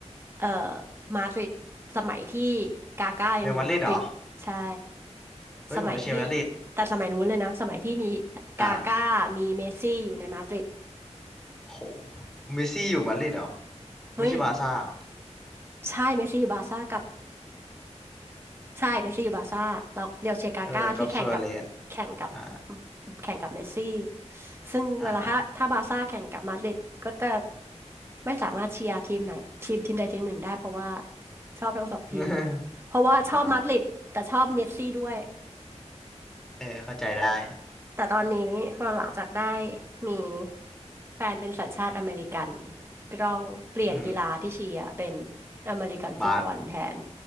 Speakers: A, on the right; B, in the centre.
A: เอ่อมาดริดสมัยที่กาก้ายังอยู่มาดริดใช่
B: เรอัลมาดริดเหรอเฮ้ยผมก็เชียร์มาดริด
A: สมัยที่แต่สมัยนู้นเลยนะสมัยที่มีกาก้ามีเมสซี่อยู่ในมาดริด
B: อ่ะโหเมสซี่อยู่มาดริดเหรอ
A: เฮ้ย
B: ไม่ใช่บาร์ซ่าเหรอ
A: ใช่เมสซี่อยู่บาร์ซ่ากับ ใช่เมสซี่อยู่บาร์ซ่าเราเรียวเชียร์กาก้าที่แข่งกับแข่งกับ
B: เออกับซัวเรสอ่า
A: แข่งกับเมสซี่ซึ่งเวลาถ้าถ้าบาร์ซ่าแข่งกับมาดริดก็จะ
B: อ่าอ่า
A: ไม่สามารถเชียร์ทีมไหนทีมทีมใดทีมหนึ่งได้เพราะว่าชอบทั้งสองทีม
B: <laughs>
A: เพราะว่าชอบมาดริดแต่ชอบเมสซี่ด้วย
B: อ่าเออเข้าใจได้
A: แต่ตอนนี้พอหลังจากได้มีแฟนเป็นสัญชาติอเมริกันก็ต้องเปลี่ยนกีฬาที่เชียร์เป็น
B: อืม
A: อเมริกันฟุตบอลแทน
B: บาส